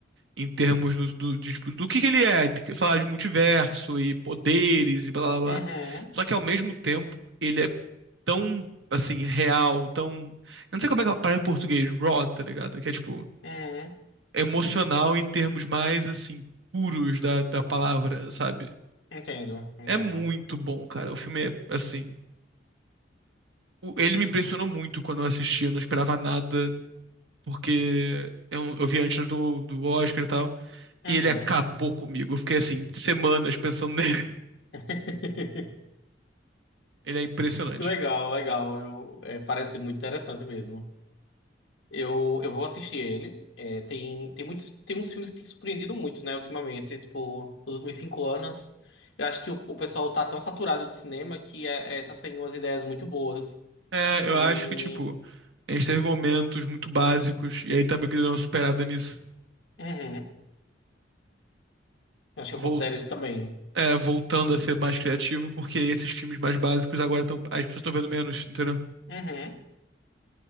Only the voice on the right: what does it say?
em termos do, do, de, tipo, do que, que ele é. Ele Fala de multiverso e poderes e blá blá
blá. Só que ao mesmo tempo, ele é tão, assim, real, tão. Eu não sei como é que ela fala em português, raw, tá ligado? Que é tipo.
emocional em termos mais, assim, puros da, da palavra, sabe?
É muito bom, cara. O filme é, assim. o- ele me impressionou muito quando eu assisti. Eu não esperava nada, porque eu, eu vi antes do, do Oscar e tal.
E ele acabou comigo. Eu fiquei, assim, semanas pensando nele.
<laughs> Ele é impressionante.
É,
eu acho que, tipo, a gente teve momentos muito básicos. E aí também que deu uma superada nisso.
Vol-
é, voltando a ser mais criativo, porque esses filmes mais básicos agora estão. As pessoas estão vendo menos, entendeu?